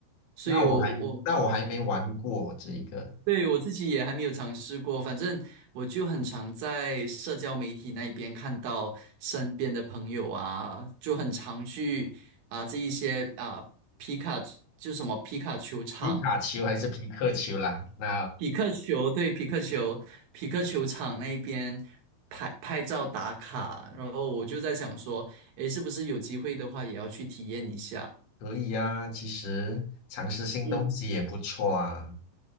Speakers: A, on the right; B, on the left.
A: 所以我我
B: 那我还那我还没玩过这一个
A: 对我自己也还没有尝试过，反正我就很常在社交媒体那边看到身边的朋友啊，就很常去啊、这一些啊、皮卡就是什么皮卡球场。
B: 皮卡丘还是皮克球啦。那
A: 匹克球，对，匹克球，匹克球场那边拍拍照打卡，然后我就在想说，诶，是不是有机会的话也要去体验一下？
B: <laughs> 可以啊，其实尝试新东西也不错啊。
A: 嗯。